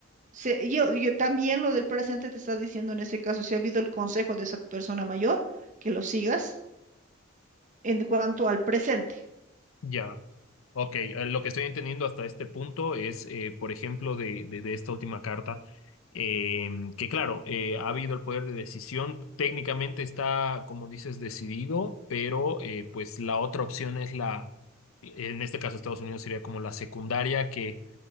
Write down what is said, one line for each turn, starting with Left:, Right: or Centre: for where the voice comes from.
Right: Se- yo, yo también lo del presente te está diciendo en ese caso, si ha habido el consejo de esa persona mayor, que lo sigas en cuanto al presente.
Left: ya. Ok, eh, lo que estoy entendiendo hasta este punto es, eh, por ejemplo, de, de- de esta última carta, eh, que claro, eh, ha habido el poder de decisión, técnicamente está, como dices, decidido, pero eh, pues la otra opción es la, en este caso Estados Unidos sería como la secundaria, que